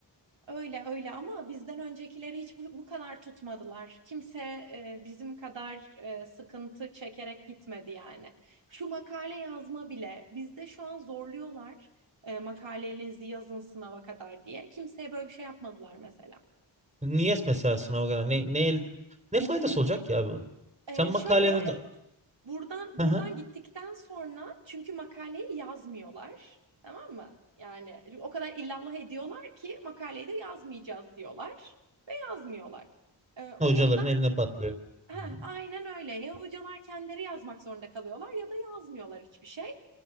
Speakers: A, on the right; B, on the right.
A: Öyle öyle ama bizden öncekileri hiç bu, bu kadar tutmadılar. Kimse e, bizim kadar e, sıkıntı çekerek gitmedi yani. Şu makale yazma bile bizde şu an zorluyorlar e, makalelerinizi yazın sınava kadar diye. Kimseye böyle bir şey yapmadılar mesela.
B: Niye mesela sınava kadar ne, ne, ne faydası olacak ya abi onun?
A: Ee,
B: Sen makaleni
A: şöyle Buradan
B: <laughs>
A: buradan gittikten sonra çünkü makaleyi yazmıyorlar. Tamam mı? Yani o kadar illallah ediyorlar ki makaleyi de yazmayacağız diyorlar. Yazmıyorlar. Ee, o
B: Hocaların
A: yüzden
B: eline patlıyor.
A: heh,
B: Hmm.
A: aynen öyle. Ya hocalar kendileri yazmak zorunda kalıyorlar ya da yazmıyorlar hiçbir şey.